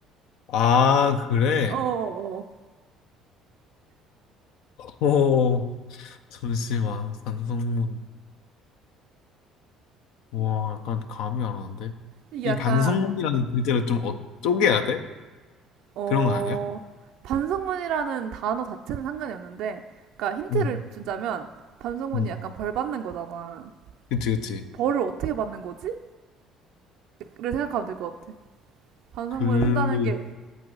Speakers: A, on the left (about 70°); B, on the right (about 65°).
A: 아, 그래?
B: 어, 어, 어.
A: 오, 잠시만. 반성문. 와, 약간 감이 안 오는데?
B: 이게
A: 이
B: 약간,
A: 반성문이라는 글자를 좀 어, 쪼개야 돼?
B: 어,
A: 그런 거 아니야?
B: 반성문이라는 단어 자체는 상관이 없는데, 그러니까 힌트를
A: 응,
B: 준다면, 반성문이
A: 응.
B: 약간 벌 받는 거잖아.
A: 그치, 그치.
B: 벌을 어떻게 받는 거지? 를 생각하면 될 것 같아. 반성문을
A: 글로,
B: 쓴다는 게